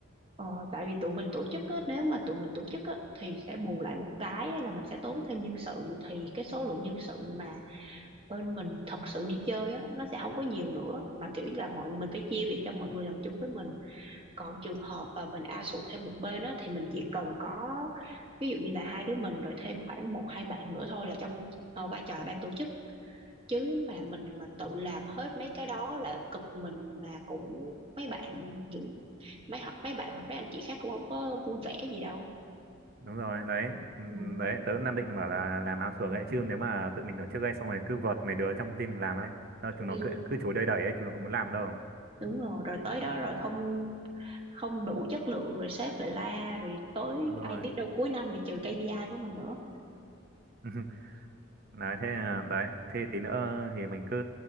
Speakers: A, on the right; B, on the right.
A: ờ, tại vì tụi mình tổ chức á, nếu mà tụi mình tổ chức á, thì sẽ bù lại một cái á là mình sẽ tốn thêm nhân sự thì cái số lượng nhân sự mà bên mình thật sự đi chơi á, nó sẽ không có nhiều nữa mà kiểu như là mọi mình phải chia việc cho mọi người làm chung với mình còn trường hợp mà mình ao sụt thêm một bên á thì mình chỉ cần có ví dụ như là hai đứa mình rồi thêm khoảng một hai bạn nữa thôi là trong ờ, vai trò là ban tổ chức chứ mà mình mà tự làm hết mấy cái đó là cực mình mà cũng mấy bạn những mấy hoặc mấy bạn hoặc mấy anh chị khác cũng không có vui vẻ gì đâu
B: đúng rồi đấy ừm,
A: ừ.
B: đấy tớ cũng đang định bảo là làm outsource ấy chứ nếu mà tự mình tổ chức ấy xong rồi cứ vợt mấy đứa trong team mình làm ấy sao
A: Ừ,
B: chúng nó cứ cứ chối đầy đẩy ấy chúng nó cũng muốn làm đâu
A: đúng rồi rồi tới đó rồi không không đủ chất lượng rồi sếp lại la rồi tới
B: đúng rồi
A: ai biết đâu cuối năm lại trừ KPI của mình nữa
B: <laughs> đấy thế là- đấy thế tí nữa thì mình cứ